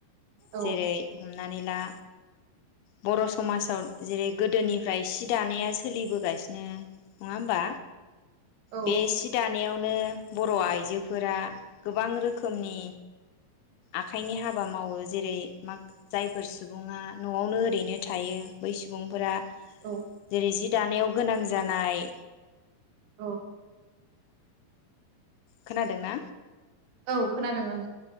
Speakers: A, on the right; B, on the left.
A: औ
B: जेरै हामनानै ला बर' समाजाव जेरै गोदोनिफ्राय सि दानाया सोलिबोगासिनो नङा होमबा।
A: औ
B: बे सि दानायावनो बर आइजोब फोरा गोबां रोखोमनि आखाइनि हाबा मावो जेरै माग जायफोर सुबुङा नआवनो। रैनो थायो बै सुबुंफोरा
A: औ
B: जेरै जि दानायाव गोनां जानाय।
A: औ।
B: खोनादों ना?
A: औ खोनादों आं